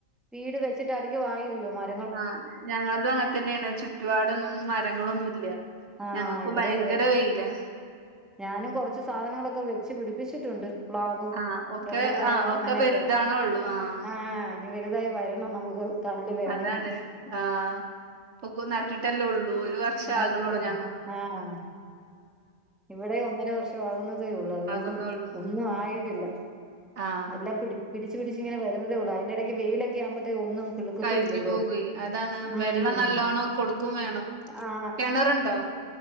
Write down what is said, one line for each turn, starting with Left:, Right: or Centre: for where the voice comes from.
Centre: വീട് വെച്ചിട്ട് അധികം ആയില്ലല്ലോ മാറ്റ
Right: ആ ഞങ്ങളതും അ- ങ്ങനെ തന്നെയാണ് ചുറ്റുപാടൊന്നും മരങ്ങളൊന്നുല്ല
Centre: ആഹ്
Right: ഞങ്ങക്കും
Centre: ഇവിടെ
Right: ഭയങ്കര
Centre: അതെ
Right: വെയിലാ
Centre: ഞാനും കൊറച്ച് സാധനങ്ങളൊക്കെ വെ ച്ച് പിടിപ്പിച്ചിട്ടുണ്ട് പ്ലാവും
Right: ആഹ് ഒക്കെ
Centre: റംബൂട്ടാനും
Right: ആഹ് ഒക്കെ
Centre: അങ്ങനെയൊക്കെ
Right: വലുതാണൊള്ളൂ ആഹ്
Centre: ആ ഇനി വലുതായി വരണം നമുക്ക് തണല് വേണെങ്കി
Right: അതാണ് ആ പക്ക് നട്ടിട്ടല്ലേ ഉള്ളൂ ഒരു വർഷം
Centre: നട്ടുവെച്ചെല്ലേ
Right: ആകണൊള്ളൂ ഞങ്ങ
Centre: ആഹ് ആ ഇവിടേം ഒന്നര വർഷം ആകുന്നതേ ഉള്ളൂ അതുകൊണ്ട്
Right: ആകുന്നൊള്ളൂ.
Centre: ഒന്നും ആയിട്ടില്ല
Right: ആഹ്
Centre: എല്ലാം പിടി പിടിച്ച് പിടിച്ച് ഇങ്ങനെ വരുന്നതേ ള്ളൂ അയിന്റെടയ്ക്ക് വെയിലൊക്കെ ആകുമ്പത്തേക്കും ഒന്നും തിളിർക്കത്തൂല്ലല്ലോ
Right: കഴിഞ്ഞു പോകുവേ അതാണ്
Centre: മ്മ്
Right: വെള്ളം നല്ലോണം കൊടുക്കും വേണം.
Centre: ആ
Right: കെണറുണ്ടോ?